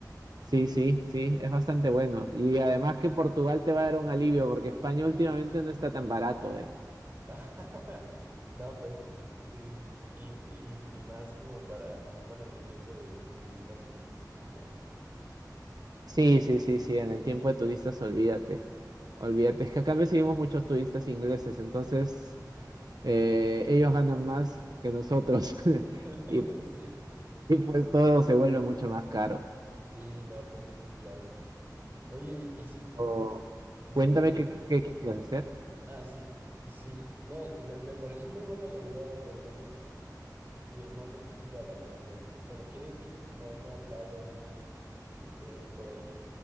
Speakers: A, on the right (about 65°); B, on the right (about 30°).
A: Sí, sí, sí, es bastante bueno. Y además que Portugal te va a dar un alivio porque España últimamente no está tan barato, eh.
B: <laughs> No, pues sí, sí, sí. Y, y, y más como para, bueno, en el tiempo de turistas y así, supongo.
A: Sí, sí, sí, sí, en el tiempo de turistas, olvídate. Olvídate, es que acá recibimos muchos turistas ingleses, entonces eh, ellos ganan más que nosotros <laughs>
B: <laughs>
A: y,
B: sí
A: y pues todo se vuelve mucho más caro.
B: Sí, no, pues sí, sí, claro. Oye, y sí,
A: Oh,
B: y
A: cuéntame
B: sí.
A: qué, qué quieres hacer.
B: Ah, sí, y sí. No, me, me pareció muy buena la idea, pero también mi hermano quiere ir a la playa. Bueno, quiere, quiere ir como a una playa, una isla que, es- que esté por ahí.